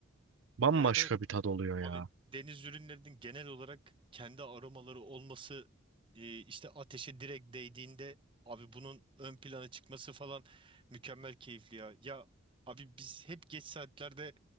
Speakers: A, on the right (about 70°); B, on the right (about 25°).
A: Bambaşka
B: Evet evet.
A: bir tad oluyor ya.
B: Abi deniz ürünlerinin genel olarak kendi aromaları olması e, işte ateşe direkt değdiğinde abi bunun ön plana çıkması falan mükemmel keyifli ya. Ya abi biz hep geç saatlerde